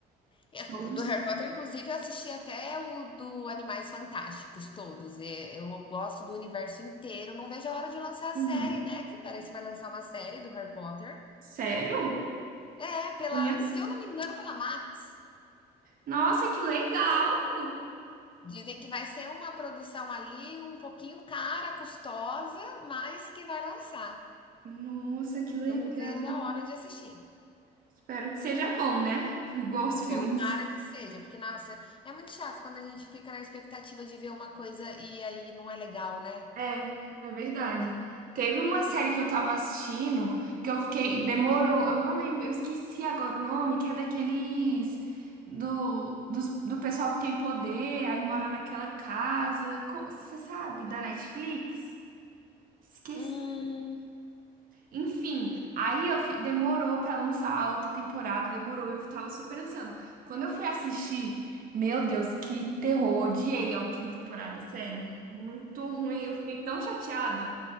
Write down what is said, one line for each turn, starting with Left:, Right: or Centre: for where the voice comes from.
Left: Eu-
Right: Todos.
Left: Do Harry Potter, inclusive, eu assisti até o do Animais Fantásticos todos. E Eu gosto do universo inteiro. Não vejo a hora de lançar a
Right: Aham.
Left: série, né? Que parece que vai lançar uma série do Harry Potter.
Right: Sério?
Left: É, pela,
Right: Uhum.
Left: se eu não me engano, pela Max.
Right: Nossa, que legal!
Left: Dizem que vai ser uma produção ali um pouquinho cara, custosa, mas que vai lançar.
Right: Nossa, que legal!
Left: Não vejo a hora de assistir.
Right: Espero que seja bom, né? Igual os filmes.
Left: Tomara que seja, porque, nossa, é muito chato quando a gente fica na expectativa de ver uma coisa e aí não é legal, né?
Right: É, é verdade. Teve uma série que eu tava assistindo que eu fiquei. Demorou, eu não lembro, eu esqueci agora o nome, que é daqueles. Do, dos, do pessoal que tem poder, aí mora naquela casa. Você sabe? Da Netflix? Esqueci.
Left: Hum.
Right: Enfim, aí eu fi- demorou pra lançar a outra temporada, demorou, eu tava super ansiando. Quando eu fui assistir, meu Deus, que terror, odiei a última temporada, sério. Muito ruim, eu fiquei tão chateada.